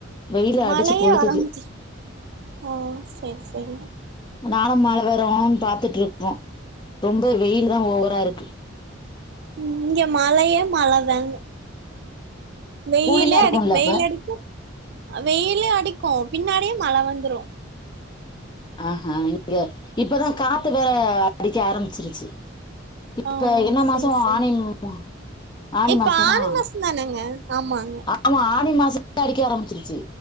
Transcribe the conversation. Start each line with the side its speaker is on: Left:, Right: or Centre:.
Left: வெயில
Right: மழையே
Left: அடிச்சு கொளுத்துது
Right: வரமாட்டிக்கு ஆ செரி செரி
Left: நானு மழ வருன் பாத்துட்டு இருக்கோ ரொம்ப வெயில் தா ஓவரா இருக்கு
Right: ம் இங்க மழயே மழ தாங்க வெயிலே
Left: கூலிங்கா இருக்கும்ல
Right: அடிக்கு வெயில்
Left: அப்ப
Right: அடிக்கு வெயிலே அடிக்கு பின்னாடியே மழ வந்துரு
Left: ஆஹா இங்க இப்பதா காத்து வேற அடிக்க ஆரம்பிச்சிருச்சு
Right: ஓ
Left: இப்ப என்ன
Right: சேரி
Left: மாசோ
Right: சேரி
Left: ஆனின் மா ஆனி
Right: இப்ப
Left: மாசமா
Right: ஆனி மாசோ தானங்க ஆமாங்க
Left: ஆமா ஆனி மாச அடிக்க ஆரம்பிச்சிருச்சு